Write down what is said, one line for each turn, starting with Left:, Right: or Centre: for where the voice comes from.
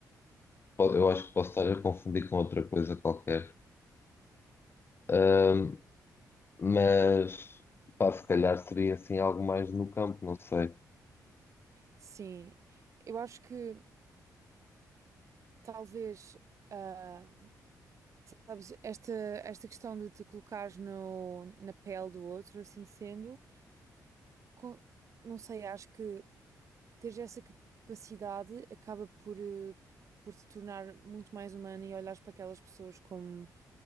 Left: Po- Eu acho que posso estar a confundir com outra coisa qualquer. Ahm, mas, pá, se calhar seria, assim, algo mais no campo, não sei.
Right: Sim, eu acho que talvez. ah, Sabes, esta, esta questão de te colocares no, na pele do outro, assim sendo, com- não sei, acho que teres essa capacidade acaba por, eh, por te tornar muito mais humana e olhares para aquelas pessoas como,